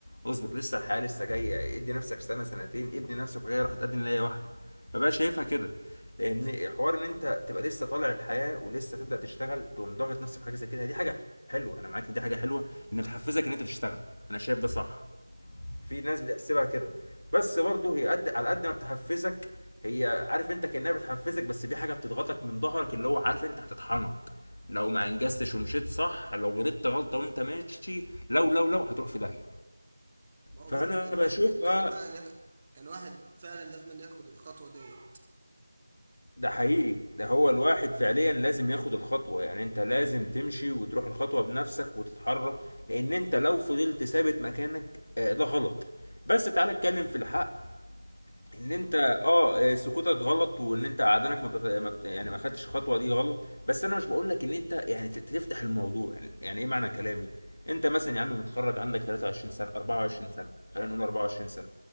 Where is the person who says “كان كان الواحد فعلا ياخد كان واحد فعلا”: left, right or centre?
Right